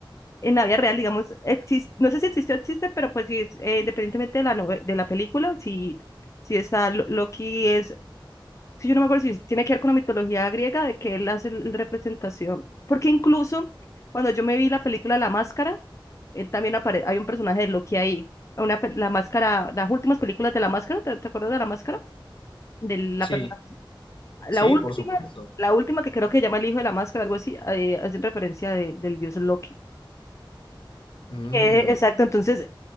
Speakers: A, on the left; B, on the left.
A: en la vida real, digamos, existe, no sé si existe o existe, pero pues sí, es, eh, independientemente de la, nove- de la película, sí, sí está, Lo- Loki es si yo no me acuerdo si tiene que ver con la mitología griega, de que él hace la representación, porque incluso cuando yo me vi la película La Máscara, él también aparece, hay un personaje de Loki ahí, una, pe- la máscara, las últimas películas de La Máscara, ¿te, te acuerdas de La Máscara? De la
B: Sí,
A: persona,
B: sí,
A: la última,
B: por supuesto.
A: la última que creo que se llama El Hijo de la Máscara, algo así, eh, hacen referencia de- del dios Loki.
B: Mm.
A: Eh, exacto, entonces